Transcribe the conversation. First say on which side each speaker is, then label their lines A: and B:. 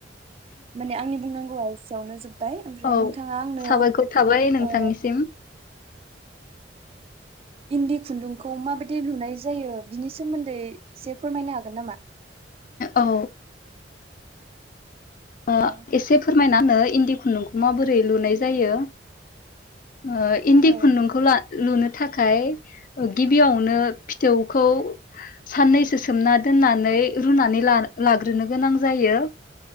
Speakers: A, on the right (about 30°); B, on the left (about 50°).
A: माने आंनि बुंनांगौआ एसेयावनो जोब बाय ओमफ्राय
B: औ
A: नोंथाङा आंनो
B: साबायखर थाबाय नोंथांनिसिम
A: ओ। इन्दि खुन्दुंखौ माबायदि लुनाय जायो बिनि सोमोन्दै एसे फोरमायनो हागोन नामा?
B: औ। ओ
A: औ
B: एसे फोरमायना होनो इन्दि खुन्दुंखौ माबोरै लुनाय जायो? ओ इन्दि
A: औ
B: खुन्दुंखौ ला लुनो थाखाय गिबियावनो फिथौखौ साननैसो सोमना दोननानै रुनानै लानो लाग्रोनो गोनां जायो